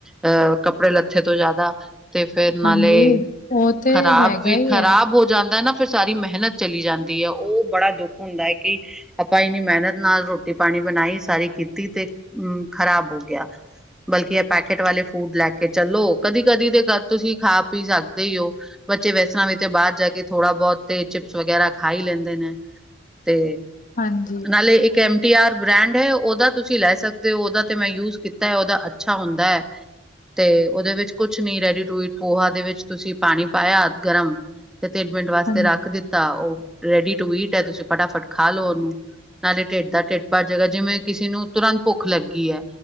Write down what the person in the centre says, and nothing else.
ਅਹ ਕੱਪੜੇ ਲੱਥੇ ਤੋ ਜ਼ਿਆਦਾ ਤੇ ਫਿਰ
ਨਾਲੇ,
ਖਰਾਬ
ਵੀ,
ਖ਼ਰਾਬ
ਹੋ ਜਾਂਦਾ ਨਾ ਫਿਰ ਸਾਰੀ ਮਿਹਨਤ ਚਲੀ ਜਾਂਦੀ ਹੈ, ਉਹ ਬੜਾ ਦੁੱਖ ਹੁੰਦਾ ਹੈ, ਕਿ ਆਪਾ ਇੰਨੀ ਮਿਹਨਤ ਨਾਲ ਰੋਟੀ-ਪਾਣੀ ਬਣਾਈ ਸਾਰੀ ਕੀਤੀ, ਤੇ, ਹੂੰ, ਖਰਾਬ ਹੋ ਗਿਆ। ਬਲਕੀ, ੲ ਪੈਕੇਟ ਵਾਲੇ ਫੂਡ ਲੈਕੇ ਚੱਲੋ। ਕਦੀ-ਕਦੀ ਤੇ ਤੁਸੀਂ ਖਾ-ਪੀ ਸਕਦੇ ਈ ਓ। ਬੱਚੇ ਵੈਸਰਾ ਵੀ ਤੇ, ਬਾਹਰ ਜਾਕੇ ਥੋੜਾ ਬਹੁਤ ਤੇ, ਚਿਪਸ ਵਗੈਰਾ ਖਾ ਹੀ ਲੈਂਦੇ। ਤੇ
ਨਾਲੇ, ਇੱਕ ਐਮਟੀ ਆਰ ਬ੍ਰੈਂਡ ਹੈ, ਔਦਾ। ਤੁਸੀਂ ਲੈ ਸਕਦੇ ਓ, ਓਹਦਾ ਤੇ ਮੈਂ ਯੂਜ ਕੀਤਾ ਏ, ਓਹਦਾ ਅੱਛਾ ਹੁੰਦਾ ਏ। ਤੇ, ਓਹਦੇ ਵਿੱਚ ਕੁਛ ਨੀ, ਰੈਡੀ-ਟੂ ਇਟ ਪੋਹਾ ਦੇ ਵਿੱਚ, ਤੁਸੀਂ ਪਾਣੀ ਪਾਯਾ ਗਰਮ ਤੇ, ਤਿਨ ਮਿੰਟ ਵਾਸਤੇ
ਰੱਖ ਦਿੱਤਾ, ਓ ਰੇਡੀ ਟੂ ਈਟ ਏ, ਤੁਸੀਂ ਫਟਾਫਟ ਖਾਲੋੋ ਓਹਨੂੰ। ਨਾਲੇ ਢਿੱਡ ਦਾ ਢਿੱਡ ਪਰ ਜੇਗਾ, ਜਿਵੇਂ ਕਿਸੇ ਨੂੰ ਤੁਰੰਤ ਭੁਖ ਲੱਗੀ ਏ,